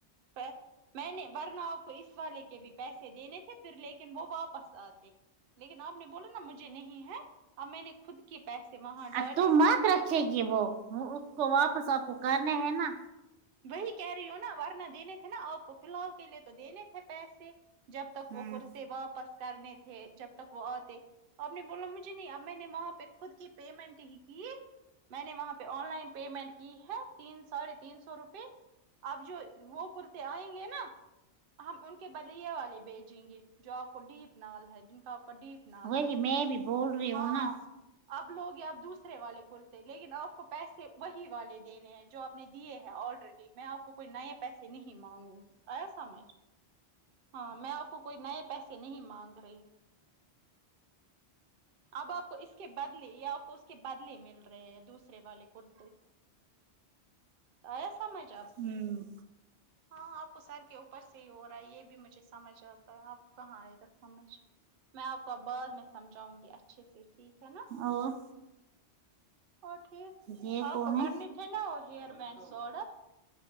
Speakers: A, on the right; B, on the right.
A: <unintelligible> میں نے ورنؤ کو اس والے کے بھی پیسے دینے تھے پھر لیکن وہ واپس آتے لیکن آپ نے بولا نا مجھے نہیں ہے اب میں نے خود کے پیسے وہاں
B: ا
A: ڈالے
B: تو مات رکھے گی وہ اس کو واپس آپ کو کرنے ہے نا
A: وہی کہہ رہی ہو نا ورنہ دینے تھے نا آپ کو فی الحال کے لیے تو دینے تھے پیسے جب تک
B: ہوں
A: وہ کرتے واپس کرنے تھے جب تک وہ آتے آپ نے بولا مجھے نہیں اب میں نے وہاں پہ خود کی پیمنٹ ہی کی میں نے وہاں پہ آن لائن پیمنٹ کی ہے تین سو سارے تین سو روپے آب جو وہ کرتے آئیں گے نا ہم ان کے بدلے والے بیچیں گے جو آپ کو ڈیپ نال ہے جن کا آپ کا ڈیپ نال
B: وہی
A: ہے
B: میں بھی بول رہی ہوں
A: ہاں
B: نا
A: اب لوگ یا آپ دوسرے والے کرتے لیکن آپ کو پیسے وہی والے دینے ہیں جو آپ نے دیے ہیں آلریڈی میں آپ کو کوئی نئے پیسے نہیں مانگوں گی آیا سمجھ ہاں میں آپ کو کوئی نئے پیسے نہیں مانگ رہی ہوں اب آپ کو اس کے بدلے یا آپ کو اس کے بدلے مل رہے ہیں دوسرے والے کرتے آیا سمجھ آب
B: ہوں
A: ہاں آپ کو سر کے اوپر سے ہی ہو رہا ہے یہ بھی میں مجھے سمجھ آتا ہے آپ کہاں آئے گا سمجھ میں آپ کو بعد میں سمجےجاؤں گی یہ اچھے سے ٹھیک ہے نا
B: اور
A: اور ٹھیک
B: یہ
A: آ
B: کون
A: پکو
B: ہے
A: کر نے تھے نا ہیئر بڈس آڈر